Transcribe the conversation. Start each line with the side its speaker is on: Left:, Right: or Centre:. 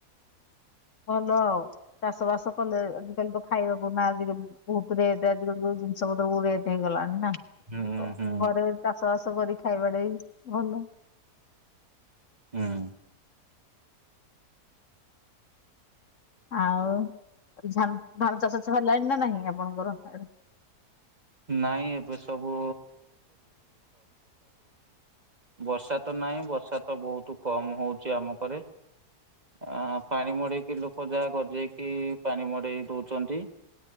Right: ହଁ
Left: ଭଲ ଆଉ ଚାଷ ବାସ କଲେ ଆଜିକାଲି ତ ଖାଇବାକୁ ନା ଆଜିବି ବହୁତ ରେଟ ଆଜିକାଲ ଜିନିଷ <unintelligible>
Right: ହୁଁ ହୁଁ
Left: ଘରେ ଚାଷ ବାସ କରି ଖାଇବାଟେ ବି ଭଲ।
Right: ହୁଁ।
Left: ଆଉ ଧା-ଧାନ ଚାଷ <unintelligible> ହେଲାଣି ନା ନାହିଁ ଆପଣଙ୍କର?
Right: ନାଇଁ ଏବେ ସବୁ ବର୍ଷା ତ ନାହିଁ ବର୍ଷା ତ ବହୁତ କମ ହଉଛି ଆମକରେ। ଆ ପାଣି ମଡେଇକି ଲୋକ ଯାହା ଗଜେଇକି ପାଣି ମଡେଇ ଦଉଛନ୍ତି।